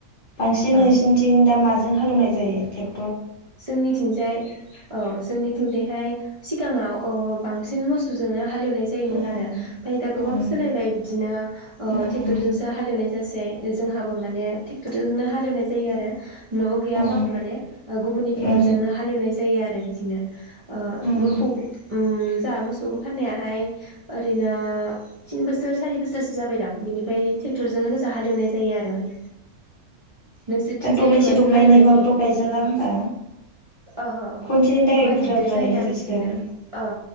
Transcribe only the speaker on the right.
औ
जोंनिथिंजाय औ जोंनिथिंजायहाय सिगाङाव अ बांसिन मोसौजोंनो हालेवनाय जायोमोन
आरो ओमफ्राय दा गोबां
सोलायबाय बिदिनो ओ
ट्रेक्टरजोंसो हालेवनाय जासै जोंहाबो माने ट्रेक्टरजोंनो हालेवनाय जायो आरो नवाव गैयाबाबो
माने ओ गुबुननि ट्रेक्टरजोंनो
हालेवनाय जायो आरो बि दिनो ओ
मोखौ उम जाहा मोसौखौ फाननायाहाय ओरैनो थिन बोसोर सारि बोसोरसो जाबायदां बिनिफ्राय ट्रेक्टरजोंनो गोजा हालेवनाय जायो आरो माने नोंसोरथिंजाय
माजों
हालेवनाय जायो
ओहो ओहो
गोबां
दिग्दार
जायो
आरो
बिदिनो औ